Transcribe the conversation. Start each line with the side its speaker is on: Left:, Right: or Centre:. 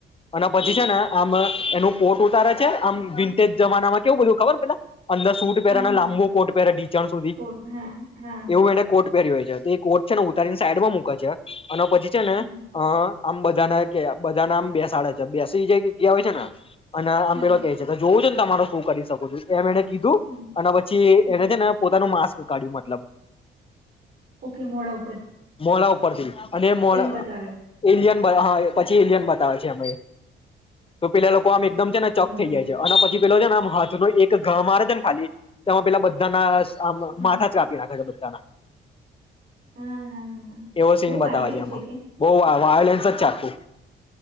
Left: અને પછી છે ને આમ એનું કોટ ઉતારે છે આમ વિન્ટેજ જમાનામાં કેવું બધું ખબર પેલા અંદર સૂટ પહેરે
Right: હા
Left: ને
Right: હા
Left: લાંબો કોટ પહેરે ઢીંચણ સુધી
Right: કોટ હા હા
Left: એવું એને કોટ પહેર્યું એને. જયાર થી એ કોચ છેને તારી સાઈડમાં મુક છ અને પછી છે ને
Right: હમ
Left: અ આમ બધાને કે બધાને આમ બેસાડે છે બેસી જે જગ્યા હોય છે ને અને આંબેલો
Right: હા
Left: કે છે તાર જોવું છે ને. તમારો શું કરી શકો છો એમ એણે કીધું
Right: હમ
Left: અને પછી
Right: હમ
Left: એને છે ને પોતાનું માં <unintelligible> <unintelligible> મતલબ
Right: ઓકે મોડા ઉ
Left: મોડા ઉપર થી અને મો
Right: બતાવ્યો
Left: એલયન હા એ પછી ઇલિયન બતાવે છે અ તો પેલા લોકો એકદમ છે ને ચક
Right: બરોબર
Left: થઈ જાય છે અને પછી પેલો છે ને આમ હાથ ન એક ગ મારે છે ને ખાલી તેમાં પેલા બધાના આમ
Right: હમ
Left: માથા ચા આપી નાખ <unintelligible>
Right: હા હા
Left: એવો સીન
Right: બહુ
Left: બતાવે
Right: વાયલેન્ટ
Left: છેમાં,
Right: છે કે
Left: બહુ વાયોલનસ ચાકુ